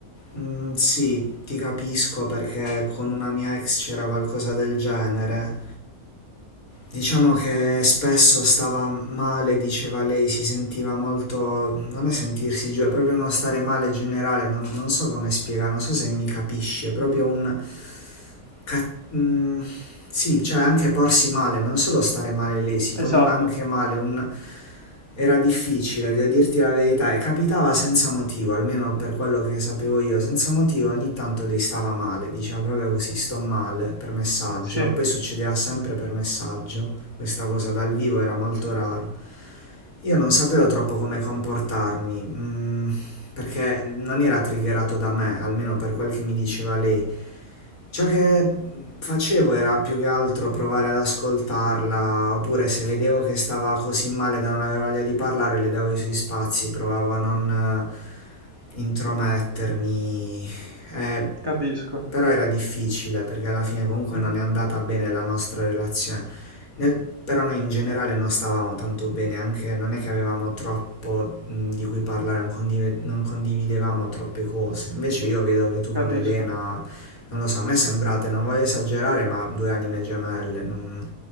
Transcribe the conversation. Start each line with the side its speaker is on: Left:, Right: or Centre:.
Left: Mm, sì, ti capisco perché con una mia ex c'era qualcosa del genere. Diciamo che spesso stava male, diceva lei, si sentiva molto... non è sentirsi giù, è proprio uno stare male generale, non, non so come spiegare, non so se mi capisci, è proprio un... ca- mm, sì, cioè anche porsi male, non solo stare male lei, si poneva
Right: Esatto,
Left: anche male, un- era difficile, devo dirti la verità, e capitava senza motivo, almeno per quello che sapevo io, senza motivo ogni tanto lei stava male, diceva proprio così, sto male, per messaggio,
Right: sì,
Left: poi succedeva sempre per messaggio, questa cosa dal vivo era molto raro. Io non sapevo troppo come comportarmi, mm, perché non era triggerato da me, almeno per quel che mi diceva lei. Ciò che facevo era più che altro provare ad ascoltarla, oppure se vedevo che stava così male da non avere voglia di parlare, le davo i suoi spazi, provavo a non eh, intromettermi. Eh,
Right: capisco,
Left: però era difficile perché alla fine comunque
Right: Mm,
Left: non è andata bene la nostra relazione. Nel- però noi in generale non stavamo tanto bene, anche non è che avevamo troppo mh, di cui parlare, non, condive- non condividevamo troppe cose. Invece io vedo che tu
Right: capisco.
Left: con Elena non lo so, a me sembrate, non voglio esagerare, ma due anime gemelle. non-